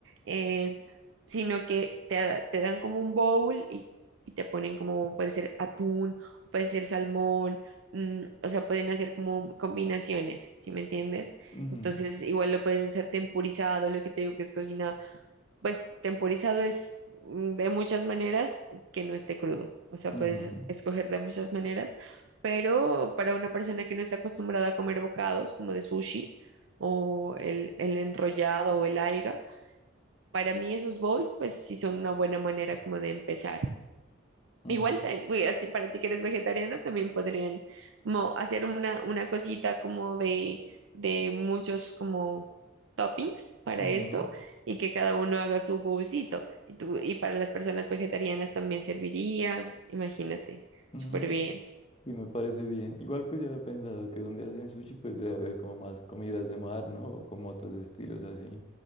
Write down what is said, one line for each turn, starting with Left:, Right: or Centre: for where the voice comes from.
Right: eh, sino que te, da- te dan como un bowl y, y te ponen como, puede ser atún, puede ser salmón, mm, o sea, pueden hacer como combinaciones, si me entiendes?
Left: Ujú,
Right: Entonces, igual lo puedes hacer tempurizado, lo que te digo que es cocinado pues temporizado es mm, de muchas maneras que no esté crudo. O sea,
Left: ujú,
Right: puedes escoger de muchas maneras, pero para una persona que no está acostumbrada a comer bocados como de sushi o el, el enrollado o el alga, para mí esos bowls, pues sí son una buena manera como de empezar.
Left: mm,
Right: Igual, ta- güey, a ti- para ti que eres vegetariano, también podrían como hacer una, una cosita como de, de muchos como toppings para
Left: ujú,
Right: esto y que cada uno haga su bolsito. Y, tú, y para las personas vegetarianas también serviría, imagínate,
Left: mm,
Right: súper bien.
Left: Y me parece bien. Igual pues ya he pensado que donde hacen sushi pues debe haber como más comidas de mar, ¿no? O como otros estilos así.